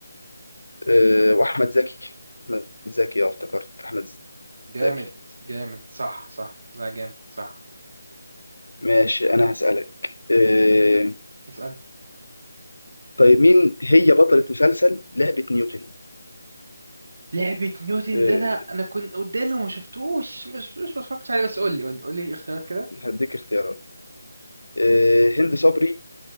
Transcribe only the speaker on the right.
جامد
جامد صح صح لا جامد صح
اسألني
لعبة نيوتن
ده انا انا كنت قدامي وما شفتوش ما شفتوش ما اتفرجتش عليه بس قول لي قول لي قول لي الاختيارات كده